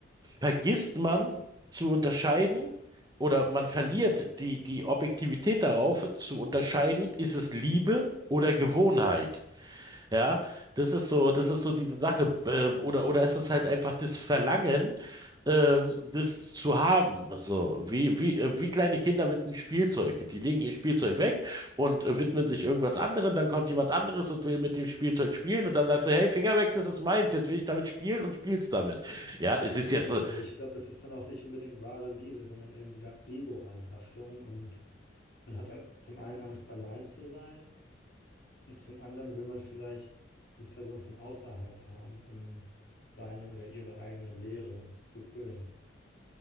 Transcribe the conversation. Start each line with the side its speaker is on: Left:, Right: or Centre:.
Right: vergisst man zu unterscheiden oder man verliert die, die Objektivität darauf zu unterscheiden, ist es Liebe oder Gewohnheit. Ja,
Left: Ja,
Right: das ist so, das ist so diese Sache. Ähm, oder, oder ist es ist halt einfach das Verlangen, ähm, das zu haben. So, wie, wie, äh, wie kleine Kinder mit einem Spielzeug. Die legen ihr Spielzeug weg und äh, widmen sich irgendwas anderem. Dann kommt jemand anderes und will mit dem Spielzeug spielen. Und dann sagst du, hey, Finger weg, das ist meins. Jetzt will ich damit spielen und spielst damit. Ja, es
Left: total.
Right: ist jetzt, äh,
Left: Also ich glaube, das ist dann auch nicht unbedingt wahre Liebe, sondern eben wieder Ego-Anhaftung. Und man hat halt zum einen Angst, allein zu sein Und zum anderen will man vielleicht eine Person von außerhalb haben, um seine oder ihre eigene Leere zu füllen.